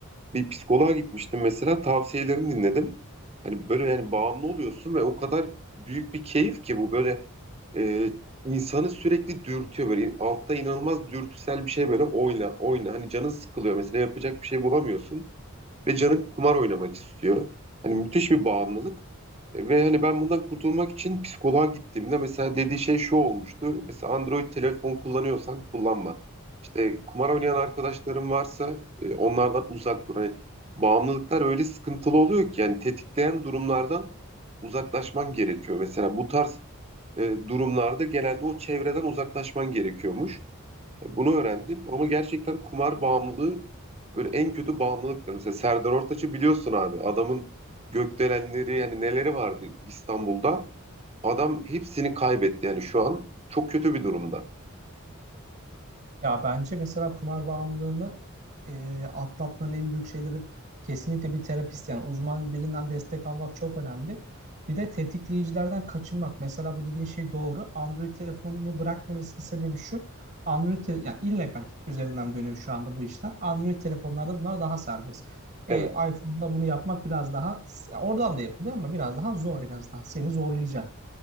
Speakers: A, on the right; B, on the right.
A: bir psikoloğa gitmiştim mesela tavsiyelerini dinledim. Hani böyle yani bağımlı oluyorsun ve o kadar büyük bir keyif ki bu böyle e, insanı sürekli dürtüyor böyle altta inanılmaz dürtüsel bir şey böyle oyna oyna hani canın sıkılıyor mesela yapacak bir şey bulamıyorsun ve canın kumar oynamak istiyor. Hani müthiş bir bağımlılık. E, Ve hani ben bundan kurtulmak için psikoloğa gittiğimde mesela dediği şey şu olmuştu. Mesela Android telefon kullanıyorsan kullanma. İşte kumar oynayan arkadaşların varsa e, onlardan uzak dur. Hani bağımlılıklar öyle sıkıntılı oluyor ki yani tetikleyen durumlardan uzaklaşman gerekiyor. Mesela bu tarz e, durumlarda genelde o çevreden uzaklaşman gerekiyormuş. Bunu öğrendim ama gerçekten kumar bağımlılığı böyle en kötü bağımlılıktır. Mesela Serdar Ortaç'ı biliyorsun abi. Adamın gökdelenleri yani neleri vardı İstanbul'da. Adam hepsini kaybetti yani şu an çok kötü bir durumda.
B: Ya bence mesela kumar bağımlılığını e, atlatmanın en büyük şeyleri kesinlikle bir terapist yani uzman birinden destek almak çok önemli. Bir de tetikleyicilerden kaçınmak. Mesela bu dediğin şey doğru. Android telefonunu bırak demesinin sebebi şu. Android te- yani illegal üzerinden dönüyor şu anda bu işler. Android telefonlarda bunlar daha serbest. E,
A: Evet.
B: iPhone'da bunu yapmak biraz daha oradan da yapılıyor ama biraz daha zor en azından. Seni zorlayacak.